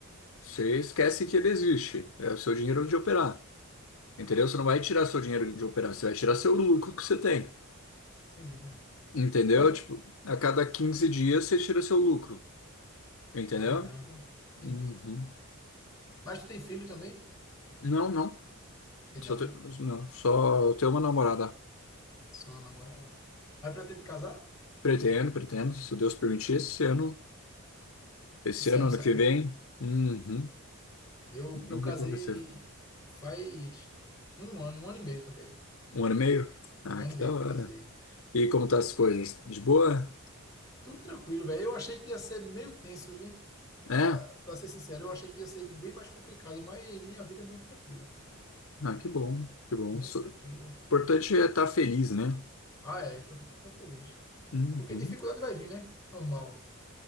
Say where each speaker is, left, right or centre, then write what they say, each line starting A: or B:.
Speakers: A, on the left; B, on the left.
A: Você esquece que ele existe. É o seu dinheiro de operar, entendeu? Você não vai tirar seu dinheiro de operar, você vai tirar seu lucro que você tem,
B: Entendi, Daniel.
A: entendeu?
B: Mas,
A: Tipo, a cada 15 dias você tira seu lucro, entendeu?
B: caramba, entendi.
A: Uhum.
B: Mas tu tem filho também?
A: Não, não.
B: Tem não,
A: Só te-
B: né?
A: Não, só ter uma namorada.
B: Só uma namorada. Mas pretende casar?
A: Pretendo, pretendo, se Deus permitir, esse ano. Esse
B: Esse
A: ano,
B: ano
A: ano
B: sai,
A: que
B: né?
A: vem. Uhum.
B: Eu,
A: Não
B: eu casei
A: vi como vai ser.
B: faz um ano, um ano e meio também.
A: Um ano e meio? Ah,
B: Um ano
A: que
B: e meio
A: da hora.
B: que casei.
A: E como tá as coisas? De boa?
B: Tudo tranquilo, velho. Eu achei que ia ser meio tenso, viu? Pra,
A: É?
B: pra ser sincero, eu achei que ia ser bem mais complicado, mas minha vida é muito tranquila.
A: Ah, que bom, que bom.
B: Muito
A: So-
B: tranquila.
A: O importante é estar feliz, né?
B: Ah, é, é importante estar feliz.
A: Uhum.
B: Porque dificuldade vai vir, né? Normal.